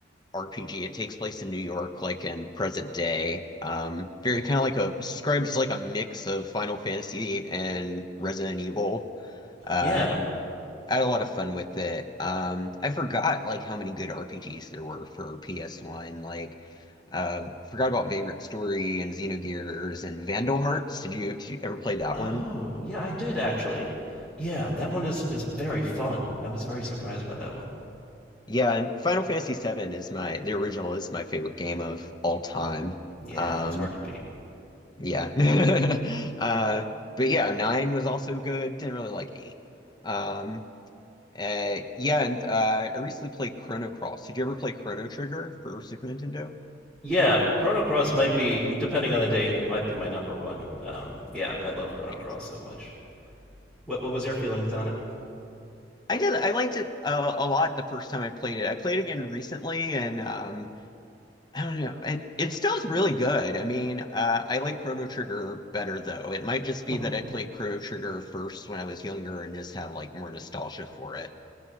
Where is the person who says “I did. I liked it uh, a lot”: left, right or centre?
Left